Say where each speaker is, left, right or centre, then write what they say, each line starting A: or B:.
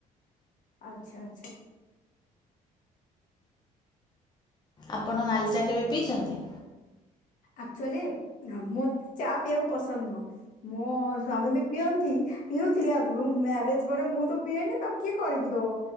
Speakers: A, on the left; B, on the left.
A: ଆଚ୍ଛା ଆଚ୍ଛା।
B: ଆପଣ ନାଲିଚା କେବେ ପିଇଛନ୍ତି?
A: ଆକ୍ଚୁଆଲି ମୁଁ ଚା ପିଇଆକୁ ପସନ୍ଦ ନୁହଁ। ମୋ ସ୍ଵାମୀ ବି ପିଅନ୍ତି। ପିଉଥିଲେ ଆଗରୁ ମ୍ୟାରେଜ ପରେ ମୁଁ ତ ପିଏନି ତାଙ୍କୁ କିଏ କରିକି ଦବ?